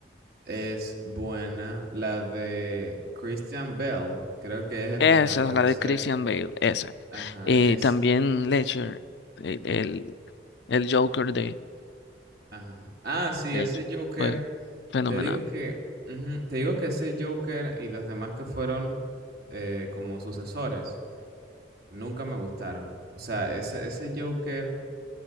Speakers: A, on the right; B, on the left.
A: es buena. La de Christian Bale, creo que es en
B: Esa
A: donde aparece.
B: es la de Christian Bale, esa.
A: Ajá,
B: Eh,
A: es
B: también Ledger, el, el, el Joker de
A: Ajá. Ah, sí,
B: Ledger,
A: ese Joker.
B: fue fenomenal.
A: Te digo que, ujú, te digo que ese Joker y los demás que fueron eh, como sucesores nunca me gustaron. O sea, ese, ese Joker